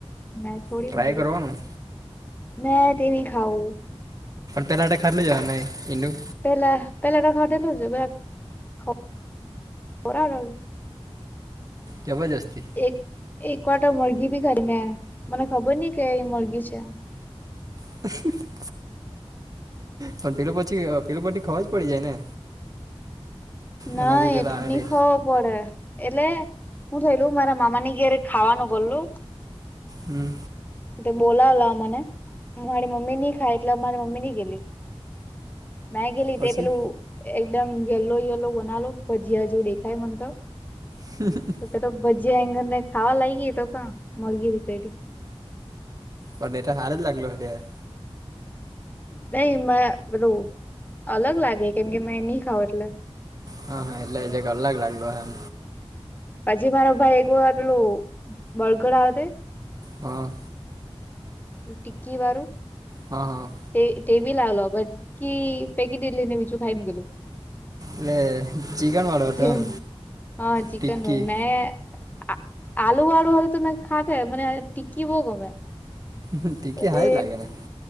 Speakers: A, on the left; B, on the right.
A: મેચ થોડી
B: ટ્રાય
A: મક
B: કરવાનું
A: મે તે નહી ખાઉ.
B: પેલાટે ખાડલી જવા હને ઈંડુ.
A: પહેલા પહેલા તો ખાધેલું નજવે ખ ખોરાક
B: જબરજસ્તી
A: એક એક વાટો મરઘી ભી ખાધી મે મને ખબર નહ કે અય મરઘી છે.
B: <unintelligible> પણ પેલું પછી પેલું પ્ટી ખવા જ પડી જાય છે ને.
A: ના
B: એના જે પેલા
A: એટલ
B: આવે
A: નહી
B: તે
A: ખવો પડે. એટલે હું થયલું મારા મામા ની ઘેરે ખાવાનું ભરલું.
B: હમ.
A: તે બોલાવલા મને મારી મમ્મી ની ખાય એટલે મારી મમ્મી ની ગેલી. મેં ગેલી
B: પછી
A: તે પેલું એકદમ યલો યલો બનાલો ભજીયા જો દેખાય મન તો
B: <unintelligible>
A: તો તો ભજીયા આંગર ને ખાવા લાગ ગઈ તો મરઘી વેતાઈ ગી.
B: પણ એટ હાર જ લાગલો હટાર.
A: નહી મા પેલું અલગ લાગે કેમ કે મે નહી ખાવ એટલે.
B: હા હા એટલે જે એક અલગ લાગેલો હ એમ.
A: પછી મારો ભાઈ એક વા પેલુ બળગર આવતે
B: હા.
A: ટિકકી વારું
B: હા હા.
A: તે તે બી લાવલો બકી પૈકી દેલી ને બીજું ખાઈને ગેલું.
B: એલે ચિકન વાળો હતો
A: જેમ
B: એમ
A: હા ચિકન
B: ટિક્કી
A: રોલ મેં આ આલુ વાળુ હ તમેને ખાતે મ ટીકકી બો ગમે.
B: હ ટીકકી
A: તો તે
B: હાઈ લાગે ને.